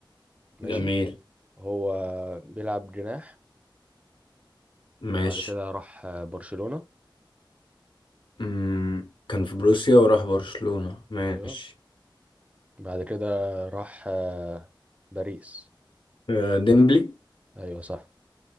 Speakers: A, on the right; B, on the left.
A: ماشي
B: جميل
A: هو بيلعب جناح
B: ماشي
A: وبعد كده راح آه برشلونة
B: أمم، كان في بروسيا وراح برشلونة ماشي
A: ايوه بعد كده راح آه باريس
B: آه، ديمبلي
A: ايوه صح